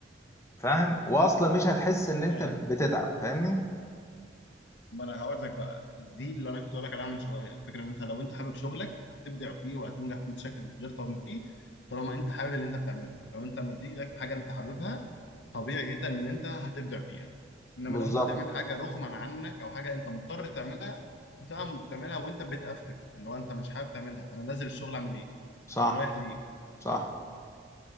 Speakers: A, on the left (about 15°); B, on the left (about 65°).
A: وفاهم وأصلا مش هتحس إن أنت
B: فاهم
A: بتتعب فاهمني
B: ما انا هقول لك بقى دي اللي انا كنت هقول لك عليها من شويه الفكره ان انت لو انت حابب شغلك هتبدع فيه وهتنجح فيه بشكل غير طبيعي طالما انت حابب اللي انت بتعمله لو انت مدي ايدك في حاجه انت حاببها طبيعي جدا ان انت هتبدع فيها انما
A: بالظبط
B: لو انت بتعمل حاجه رغما عنك او حاجه انت مضطر تعملها هتبقى بتعملها وانت بتقفقف اللي هو انت مش حابب تعملها انا نازل الشغل اعمل ايه
A: صح
B: رايح ليه
A: صح